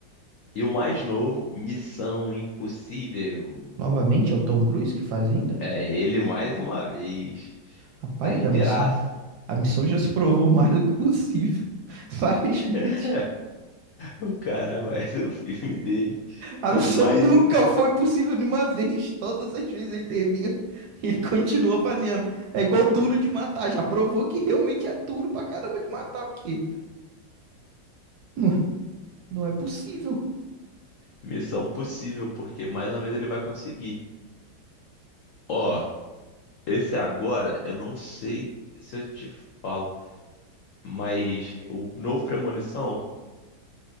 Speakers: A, on the left; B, on the right.
A: E o mais novo, Missão Impossível.
B: Novamente, é o Tom Cruise que faz ainda?
A: É ele mais uma vez.
B: Rapaz,
A: Tá inteiraço.
B: a missão, a missão já se provou <laughs> mais do que possível. <laughs> Várias vezes.
A: <laughs> O cara vai do filme dele.
B: A
A: É
B: missão
A: mais
B: nunca
A: um
B: foi possível nenhuma vez. Todas as vezes ele termina e ele continua fazendo. É igual duro de matar. Já provou que realmente é duro pra caramba de matar, porque não, não é possível.
A: Missão Possível, porque mais uma vez ele vai conseguir. Ó, esse agora, eu não sei se eu te falo, mas o novo Premonição